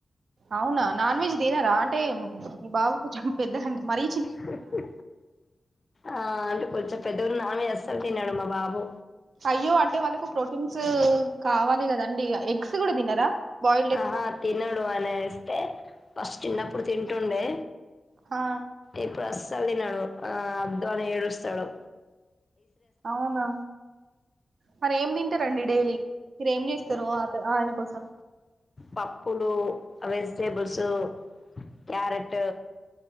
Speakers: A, on the right; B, on the left.
A: అవునా నాన్ వెజ్ తినరా అంటే మీ బాబు కొంచెం పెద్ద అండి మరి
B: హ ఆ అంటే కొంచెం పెద్దగనే నాన్ వెజ్ అస్సలు తినడు మా బాబు
A: అయ్యో అంటే వాళ్ళకు ప్రోటీన్స్ కావాలి గదండి ఎగ్స్ గూడా తినరా బాయిల్డ్ ఎగ్స్
B: ఆహా తినడు అని ఇస్తే ఫస్ట్ చిన్నప్పుడు తింటుండే
A: ఆ
B: ఇప్పుడు అసలు తినడు ఆ వద్దు అని ఏడుస్తడు
A: అవునా మరి ఏం తింటారండి డైలీ మీరేం చేస్తరు
B: ఆ
A: అత ఆయన కోసం
B: పప్పులు వెజిటేబుల్స్ క్యారెట్